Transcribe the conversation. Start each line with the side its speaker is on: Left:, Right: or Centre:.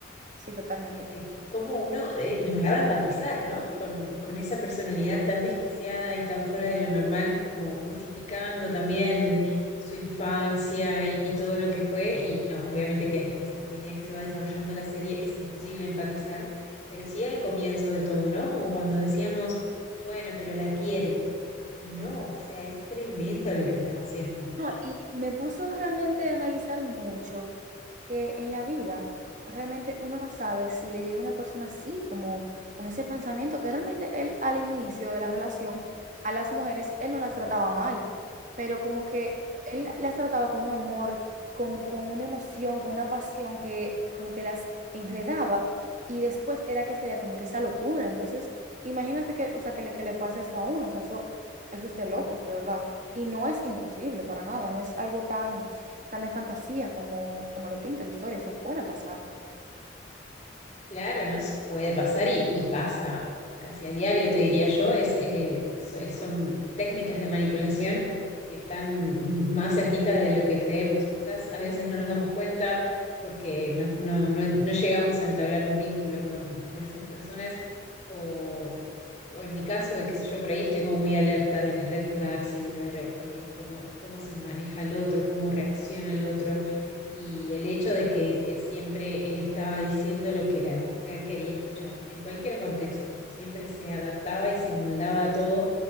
Right: Sí, totalmente.
Left: eh, cómo uno eh, lograba empatizar, ¿no? Con, con esa personalidad tan desquiciada y tan fuera de lo normal, como justificando también el- su infancia y, y todo lo que fue. Y no, obviamente que después, a medida que se va desarrollando la serie, es imposible empatizar, pero sí al comienzo de todo, ¿no? Como cuando decíamos... Bueno, pero la quiere. No, o sea, es tremendo
Right: Sí.
Left: lo que están haciendo.
Right: No, y me puso realmente a analizar mucho que en la vida realmente uno no sabe si le llega una persona así, como con ese pensamiento, que realmente él al inicio de la relación a las mujeres, él no las trataba mal, pero como que él las trataba con un amor, como con una emoción, con una pasión que como que las enredaba y después era que sería como que esa locura. Entonces, imagínate que, o sea, que le, que le pase eso a uno, o sea, eso eso es de locos, de verdad. Y no es imposible para nada, no es algo tan, tan de fantasía como, como lo pinta la historia, eso puede pasar.
Left: Claro, no S- puede pasar y, y pasa casi a diario, te diría yo. Es, eh, es- es- son técnicas de manipulación que están más cerquita de lo que creemos. Quizás a veces no nos damos cuenta porque no, no- no- no llegamos a entablar un vínculo con, con esas personas. O, o en mi caso, de qué sé yo, por ahí estoy como muy alerta de las red flags y de ver eh, cómo, cómo se maneja el otro, cómo reacciona el otro y el hecho de que eh, siempre él estaba diciendo lo que la mujer quería escuchar, en cualquier contexto, siempre se adaptaba y se amoldaba a todo